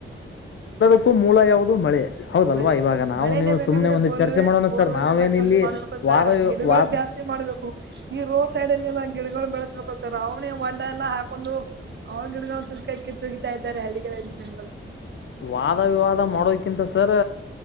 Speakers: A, on the left; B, on the right.
A: ಕಕೂ ಮೂಲ ಯಾವುದು ಮಳೆ. ಹೌದಲ್ವಾ
B: ಮಳೆ
A: ಇವಾಗ ನಾವು
B: ಮಳೆನೇ
A: ನೀವು
B: ಬೇಕಂದ್ರೆ
A: ಸುಮ್ನೆ ಒಂದು
B: ಬೋರ್ವೆ
A: ಚರ್ಚೆ ಮಾಡೋಣ
B: ಬೋರ್ವೆಲ್
A: ಸರ್ ನಾವೇನ
B: ಎಲ್ಲಾ ಕಮ್ಮಿ
A: ಇಲ್ಲಿ
B: ಮಾಡ್ಬೇಕು
A: ವಾದ
B: ಸರ್
A: ವಿ
B: ಗಿಡಗಳ
A: ವಾದ.
B: ಜಾಸ್ತಿ ಮಾಡ್ಬೇಕು ಈ ರೋಡ್ ಸೈಡ್ ಅಲ್ಲಿ ಎಲ್ಲ ಗಿಡಗಳು ಬೆಳೆಸ್ಬೇಕು ಸರ್ ಅವನಿಗೆ ವಂಡ ಎಲ್ಲಾ ಹಾಕೊಂಡು. ಅವಡ ನಾವು ತು ಕಕ್ಕೆ ತಗಿತಾ ಇದ್ದಾರೆ ಹಳ್ಳಿಗಳಲ್ಲಿ ಜನಗಳು.
A: ವಾದ ವಿವಾದ ಮಾಡೋದಕಿಂತ ಸರ್.